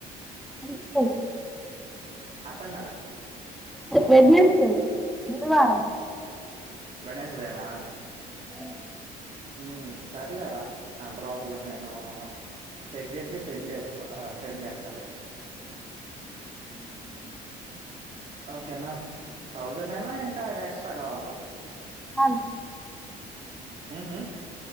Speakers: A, in the centre; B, on the right.
A: <inaudible>
B: అర్థం కాల
A: వెడ్నెస్డే బుధవారం
B: వెనాస్డేనా
A: ఆ
B: మ్మ్ సర్లేరా అంతలోపల నేను సెట్ చేసి సెండ్ చేసు సెండ్ చేస్తాలే
A: మ్మ్
B: ఓకేనా తౌసండ్ ఎనా ఇంకా ఎక్స్ట్రా కావాలా
A: అ
B: మ్మ్ హ్మ్